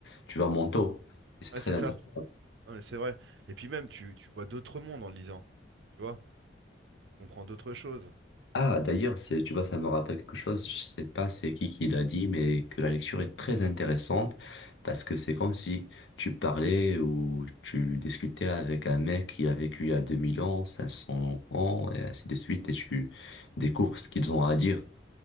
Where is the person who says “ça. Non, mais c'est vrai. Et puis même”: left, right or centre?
Right